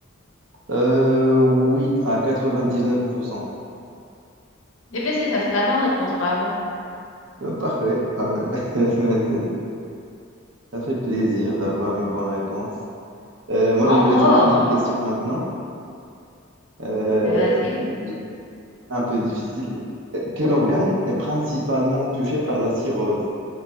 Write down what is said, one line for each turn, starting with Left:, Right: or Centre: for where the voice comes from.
Right: Euh, oui, à 99%.
Left: Eh bien, c'est ça, c'est la bonne réponse, bravo.
Right: Euh, Parfait. Euh, <laughs> c'est- Ça fait plaisir d'avoir une bonne réponse. Euh, moi,
Left: Oh,
Right: je vais
Left: oh,
Right: te poser une question maintenant, euh,
Left: mais vas-y.
Right: d- un peu difficile. Euh, Quel organe est principalement touché par la cirrhose?